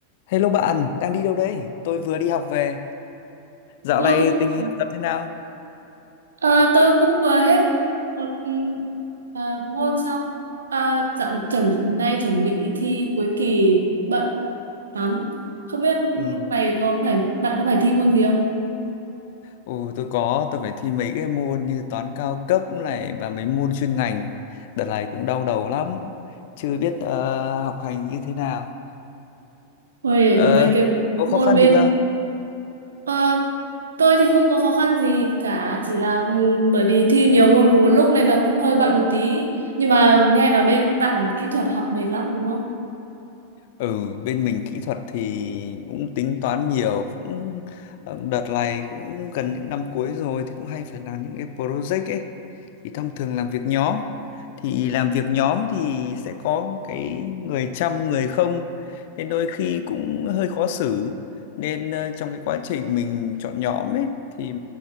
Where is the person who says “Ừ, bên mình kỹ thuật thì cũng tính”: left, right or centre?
Left